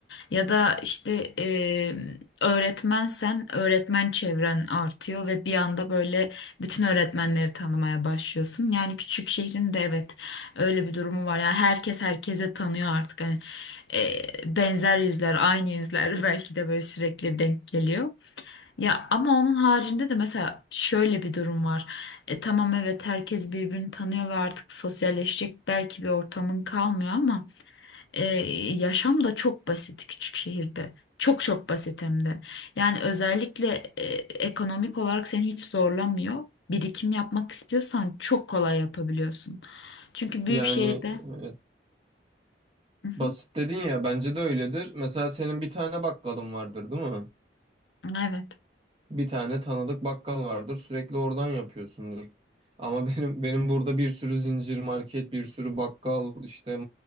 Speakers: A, on the left (about 80°); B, on the right (about 30°).
A: Ya da işte e, öğretmensen öğretmen çevren artıyor ve bir anda böyle bütün öğretmenleri tanımaya başlıyorsun. Yani küçük şehrin de evet Öyle bir durumu var. Yani herkes herkese tanıyor artık. Hani e, benzer yüzler, aynı yüzler <laughs> belki de böyle sürekli denk geliyor. Ya ama onun haricinde de mesela şöyle bir durum var. E, tamam evet herkes birbirini tanıyor ve artık sosyalleşecek belki bir ortamın kalmıyor ama e, yaşam da çok basit küçük şehirde. Çok çok basit hem de. Yani özellikle e, ekonomik olarak seni hiç zorlamıyor. Birikim yapmak istiyorsan çok kolay yapabiliyorsun. Çünkü büyük
B: Yani
A: şehirde
B: e,
A: Hı hı,
B: basit dedin ya bence de öyledir. Mesela senin bir tane bakkalın vardır değil mi?
A: Evet.
B: Bir tane tanıdık bakkal vardır. Sürekli oradan yapıyorsundur. Ama benim benim burada bir sürü zincir market, bir sürü bakkal, işte